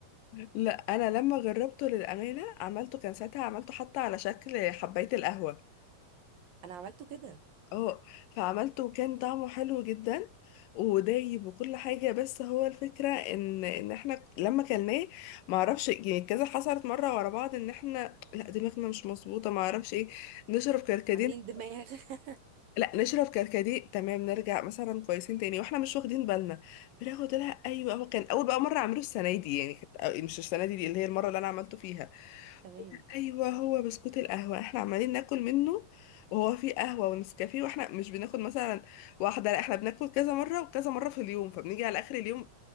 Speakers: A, on the left (about 75°); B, on the right (about 70°).
A: لا انا لما جربته للامانه عملته كان ساعتها عملته حتى على شكل حبايه القهوه
B: انا عملته كده
A: اه فعملته وكان طعمه حلو جدا ودايب وكل حاجة بس هو الفكرة ان ان احنا لما كلناه معرفش يعني كذا حصلت مرة ورا بعض ان احنا لا دماغنا مش مظبوطة معرفش ايه نشرب كركديه
B: عاملين دماغ <laughs>
A: لا نشرب كركديه تمام نرجع مثلا كويسين تاني واحنا مش واخدين بالنا بناخد لها ايوه هو كان اول بقى مرة اعمله السنة دي يعني كانت مش السنة دي, دي اللي هي المرة اللي انا عملته فيها
B: تمام
A: ايوه هو بسكوت القهوه احنا عمالين ناكل منه وهو فيه قهوه ونسكافيه واحنا مش بناخد مثلا واحده لا احنا بناكل كذا مره وكذا مره في اليوم فبنيجي على اخر اليوم